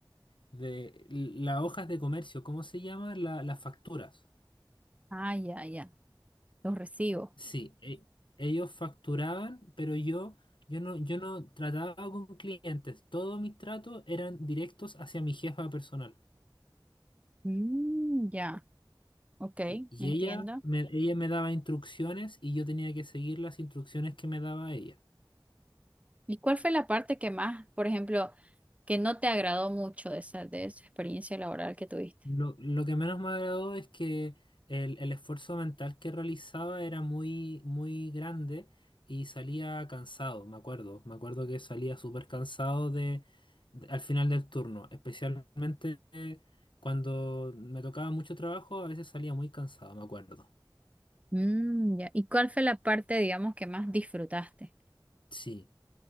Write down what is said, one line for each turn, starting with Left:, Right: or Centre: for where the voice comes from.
Left: de l- las hojas de comercio, ¿cómo se llama? La- las facturas.
Right: Ah, ya, ya, los recibo.
Left: Sí, e- ellos facturaban, pero yo, yo no, yo no trataba con clientes. Todos mis tratos eran directos hacia mi jefa personal.
Right: Mm, ya, ok,
Left: Y y
Right: entiendo.
Left: ella me, ella me daba instrucciones y yo tenía que seguir las instrucciones que me daba ella.
Right: ¿Y cuál fue la parte que más, por ejemplo, que no te agradó mucho de esa, de esa experiencia laboral que tuviste?
Left: Lo, lo que menos me agradó es que el, el esfuerzo mental que realizaba era muy, muy grande y salía cansado, me acuerdo. Me acuerdo que salía súper cansado de, de- al final del turno, especialmente eh, cuando me tocaba mucho trabajo, a veces salía muy cansado, me acuerdo.
Right: Mm, ya. ¿Y cuál fue la parte, digamos, que más disfrutaste?
Left: Sí,